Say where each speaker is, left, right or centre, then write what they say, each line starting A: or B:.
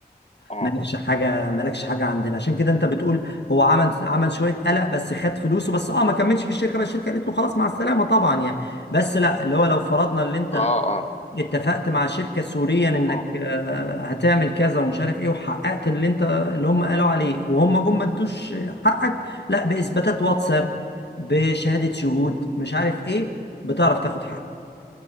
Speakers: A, on the left; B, on the left.
A: اه
B: مالكش حاجه مالكش حاجه عندنا عشان كده انت بتقول هو عمل عمل شويه قلق بس خد فلوسه بس اه ما كملش في الشركه بس الشركه قالت له خلاص مع السلامه طبعا يعني بس لا اللي هو لو فرضنا اللي انت
A: اه اه
B: اتفقت مع شركة سوريا انك
A: اه
B: آه، هتعمل كذا ومش عارف ايه وحققت اللي انت اللي هم قالوا عليه وهم جم ما ادوش حقك لا بإثباتات واتساب بشهادة شهود مش عارف ايه بتعرف تاخد حقك